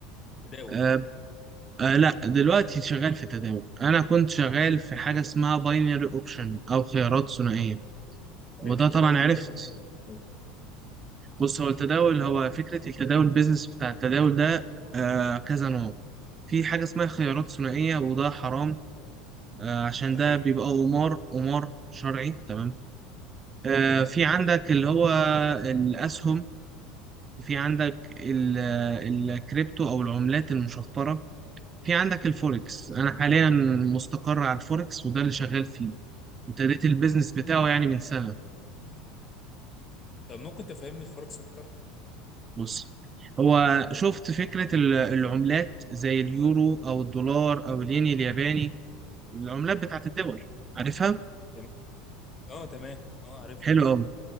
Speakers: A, on the left; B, on the right.
A: تداول
B: آه، آه لا دلوقتي شغال في تداول انا كنت شغال في حاجه اسمها باينري اوبشن او خيارات ثنائيه
A: ده
B: وده
A: هي دي التداول
B: طبعا عرفت
A: اللي هو القليل.
B: بص هو التداول هو فكره التداول البيزنس بتاع التداول ده آه كذا نوع في حاجه اسمها خيارات ثنائيه وده حرام آه عشان
A: ده
B: ده
A: حقيقي
B: بيبقى قمار قمار شرعي تمام آه
A: تمام
B: في عندك اللي هو الاسهم وفي عندك ال- الكريبتو او العملات المشفره في عندك الفوركس انا حاليا مستقر على الفوركس وده اللي شغال فيه ابتديت البيزنس بتاعه يعني من سنة
A: طب ممكن تفهمني الفرق اكتر
B: بص هو شفت فكرة ال- العملات زي اليورو أو الدولار أو الين الياباني العملات بتاعت الدول عارفها؟
A: تمام اه تمام اه عرفت
B: حلو أوي